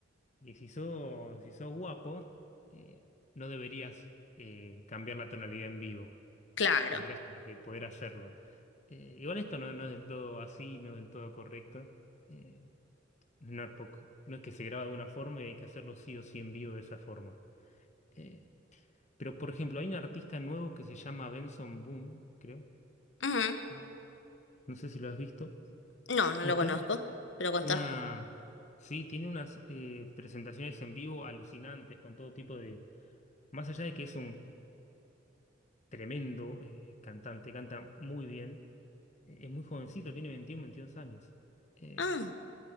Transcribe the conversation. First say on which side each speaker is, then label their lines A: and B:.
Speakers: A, on the left; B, on the left.
A: y si sos, si sos guapo, eh, no deberías eh, cambiar la tonalidad en vivo.
B: claro.
A: Tendrías como que poder hacerlo. Eh, igual esto no, no es del todo así, no es del todo correcto. Eh, no es poco, no es que se graba de una forma y hay que hacerlo sí o sí en vivo de esa forma. Eh, pero, por ejemplo, hay un artista nuevo que se llama Benson Boone, creo.
B: Ujú.
A: eh, No sé si lo has visto.
B: No, no
A: Y
B: lo conozco,
A: tiene
B: pero contá.
A: una, sí, tiene unas eh, presentaciones en vivo alucinantes con todo tipo de... Más allá de que es un tremendo eh, cantante, canta muy bien, eh, es muy jovencito, tiene 21, 22 años. Eh,
B: Ah,